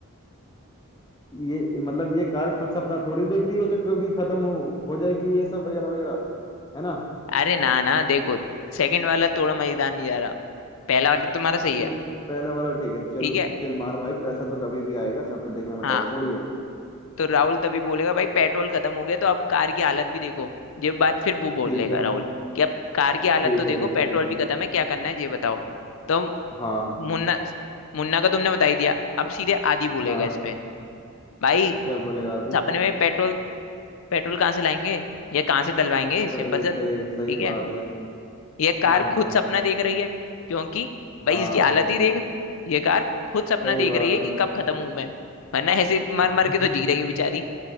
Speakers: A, on the left; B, on the left.
A: ये मतलब ये कार खुद सपना थोड़ी देख रही है जो कभी खत्म हो हो जाएगी ये सब वगैरह वगैरह है ना
B: अरे ना ना देखो सेकंड वाला थोड़ा मजेदार नहीं जा रहा पहला वाला तो तुम्हारा सही
A: नहीं
B: है
A: पहले वाला ठीक है चल
B: ठीक है
A: चल मार भाई पैसा तो कभी भी आएगा सपने देखने में
B: हाँ
A: टैक्स थोड़ी है
B: तो राहुल तभी बोलेगा भाई पेट्रोल खत्म हो गया तो अब कार की हालत भी देखो ये बात फिर वो बोल
A: ठीक
B: लेगा
A: है
B: राहुल कि अब कार की हालत
A: ठीक
B: तो देखो
A: है ठीक
B: पेट्रोल
A: है ठीक है
B: भी खत्म है क्या करना है ये बताओ तो
A: हाँ
B: मुन्ना मुन्ना का तुमने बता ही दिया अब सीधे आदि बोलेगा
A: हाँ
B: इस पे भाई
A: क्या बोलेगा आदि
B: सपने में पेट्रोल पेट्रोल कहाँ से लाएंगे या कहाँ से डलवाएंगे सिंपल
A: सही
B: सा
A: सही
B: ठीक
A: सही
B: है
A: बात है
B: ये कार
A: हाँ
B: खुद सपना देख रही है क्योंकि भाई
A: हाँ
B: इसकी हालत ही देख ये कार खुद सपना
A: सही
B: देख
A: बात
B: रही है
A: है
B: कि कब खत्म हूं मैं वरना ऐसे मर
A: <laughs>
B: मर के तो जी रही है बेचारी